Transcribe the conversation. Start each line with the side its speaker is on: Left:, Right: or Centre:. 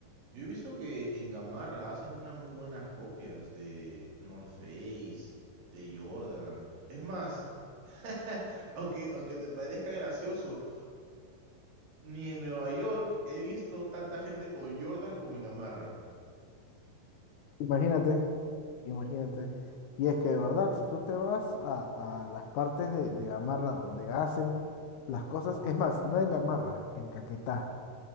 Right: yo he visto que en Gamarra hacen unas muy buenas copias de North Face, de Jordan. Es más, <laughs> aunque, aunque te parezca gracioso, ni en Nueva York he visto tanta gente con Jordan como en Gamarra.
Left: Imagínate, imagínate. Y es que de verdad, si tú te vas a, a las partes de, de Gamarra donde hacen las cosas, es más, no en Gamarra, en Caquetá.